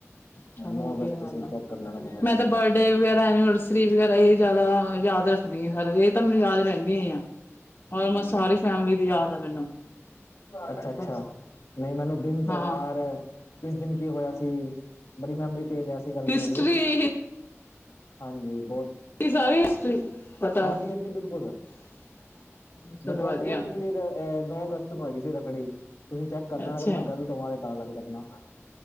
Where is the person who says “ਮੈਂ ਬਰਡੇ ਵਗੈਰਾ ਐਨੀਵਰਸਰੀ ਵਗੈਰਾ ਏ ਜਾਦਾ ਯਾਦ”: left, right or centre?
Left